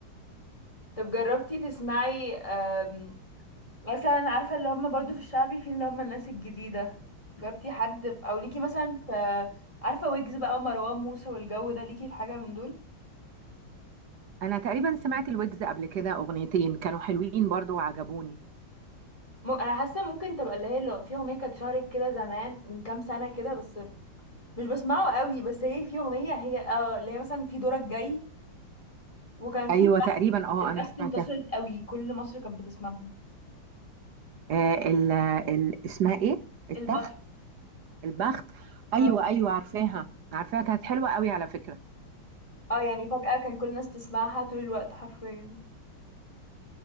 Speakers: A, on the left; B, on the right.
A: طب جربتي تسمعي أم، مثلا عارفه اللي هم برضه في الشعبي في اللي هم الناس الجديده جربتي حد او ليكي مثلا في عارفه ويجز بقى ومروان موسى والجو ده ليكي في حاجه من دول
B: انا تقريبا سمعت الويجز قبل كده اغنيتين كانوا حلوين برضو وعجبوني
A: م- انا حاسه ممكن تبقى اللي هي لو في اغنيه كانت شهرت كده زمان من كام سنه كده بس مش بسمعه قوي بس هي في اغنيه هي اه اللي هي مثلا في دورك جاي وكان في
B: ايوه
A: البخت
B: تقريبا اه
A: البخت
B: انا سمعتها
A: انتشرت قوي كل مصر كانت بتسمعها
B: آه ال ال اسمها ايه التخت
A: البخت
B: البخت
A: اه
B: ايوه ايوه عارفاها عارفاها كانت حلوه قوي على فكره
A: آه، يعني فجأة كان كل الناس تسمعها طول الوقت حرفيا